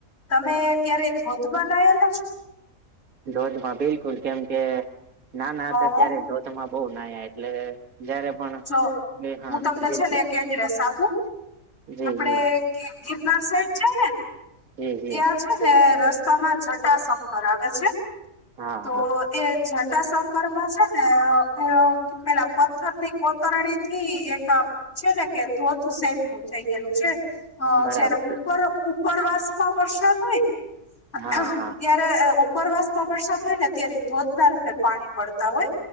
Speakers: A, on the left; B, on the right.
A: તમે ક્યારે ધોધમાં નાહ્યા છો
B: ધોધમાં બિલકુલ કેમ કે નાના
A: હા
B: હતા
A: હા
B: ત્યારે ધોધમાં બો નાયા એટલે જયારે પણ
A: જો
B: એ હા
A: હું તમને
B: બિલકુલ
A: છે ને એક એડ્રેસ આપું.
B: જી
A: આપડે
B: જી
A: ગિરનાર સાઈડ જઇએ ને
B: જી જી
A: ત્યાં છે ને રસ્તા રસ્તામાં જટા સંંકર આવે છે
B: હા
A: તો
B: હા
A: તે જટાશંકરમાં છે ને એ પેલા પથ્થર ને ઈ કોતરણીથી એક છે ને કે ધોધ સેટનું થઈ ગયેલું છે. હ
B: બરાબર
A: જયારે ઉપર ઉપરવાસમાં વરસાદ હોય ને
B: હા હા
A: ત્યારે ઉપરવાસમાં વરસાદ થાયને ત્યારે ધોધના રૂપે પાણી પડતા હોય